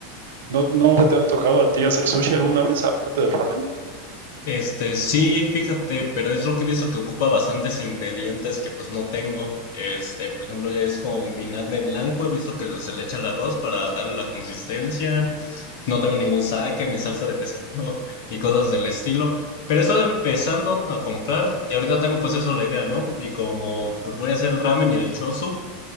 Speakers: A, on the right; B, on the left.
A: ¿No, ¿No te ha antojado a ti hacer sushi alguna vez, aparte del ramen?
B: Este, sí, fíjate, pero es lo que he visto que ocupa bastantes ingredientes que pues no tengo. Este, por ejemplo, ya es con vinagre blanco, he visto que se le echa al arroz para darle la consistencia. no tengo ningún saque ni salsa de pescado <laughs> y cosas del estilo. Pero he estado empezando a comprar y ahorita tengo pues eso la idea, ¿no? Y como pues voy a hacer el ramen y el chosu,